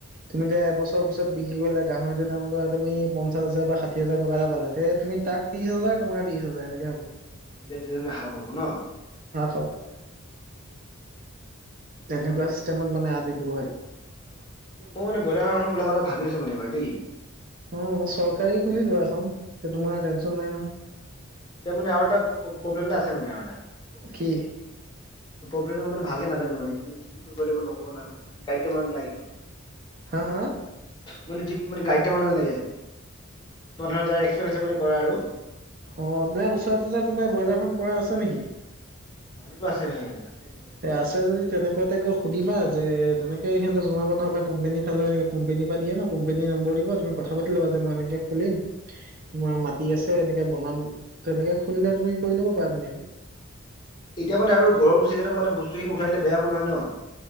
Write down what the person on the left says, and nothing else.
অ
অ
দুইটা ভালাপ হব ন।
অ তাক মই মানে ব্ৰইাৰ, এখন খোল কথা ভাবি আছো মানে এইবাৰ দেই।
এতিয়া মানে আৰু এটা প্ৰব্লেমটা আছে মানে আৰু এটা।
ব্লেম মানে ভালে নাজানো মানে কি কৰিব লাগিব নকব নালানে মোগে মানে।
মানে য মানে গাইড দিয়া মানে নালাগে অ ধৰা এক্সপ্ৰেছ মানে কৰা আৰু
মানুহতো আছে হয় আছে এনেকুৱা। বাৰু।
এতিয়া মানে গৰমটো ছিজনত মান বস্তুিনি উঠাইে বেয়া হ নহয় ন।